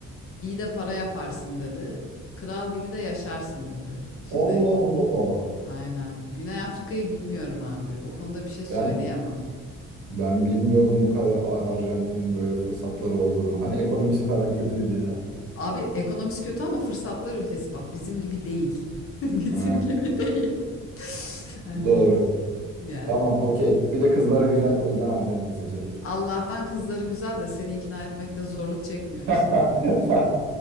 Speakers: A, on the left (about 45°); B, on the right (about 80°).
A: İyi de para yaparsın dedi. Kral gibi de yaşarsın dedi. Şimdi
B: Allah Allah.
A: aynen. Güney Afrika'yı bilmiyorum abi. O konuda bir şey söyleyemem.
B: Ben Ben bilmiyordum bu kadar A- Arjantin'in böyle fırsatları olduğunu. Hani ekonomisi falan kötüydü ya.
A: Abi ekonomisi kötü ama fırsatlar ülkesi bak bizim gibi değil. <laughs> Bizim
B: Ha,
A: gibi değil. <laughs> Hani
B: doğru.
A: yani
B: Tamam, okey. Bir de kızları güzel. O yüzden Arjantin seçiyorum.
A: Allah'tan kızları güzel de seni ikna etmekte zorluk çekmiyoruz.
B: <laughs>